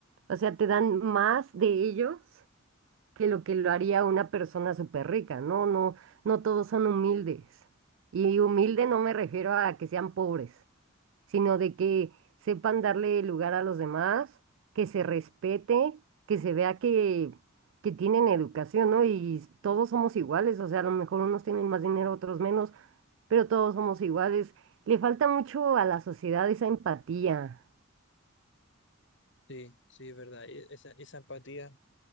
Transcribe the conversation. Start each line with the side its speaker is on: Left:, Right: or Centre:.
Right: o sea, te dan más de ellos que lo que lo haría una persona súper rica, ¿no? No, no todos son humildes. Y humilde no me refiero a que sean pobres sino de que sepan darle lugar a los demás, que se respete, que se vea que, que tienen educación, ¿no? Y todos somos iguales, o sea, a lo mejor unos tienen más dinero, otros menos, pero todos somos iguales. Le falta mucho a la sociedad esa empatía.
Left: Sí, sí, es verdad. e- Esa, esa empatía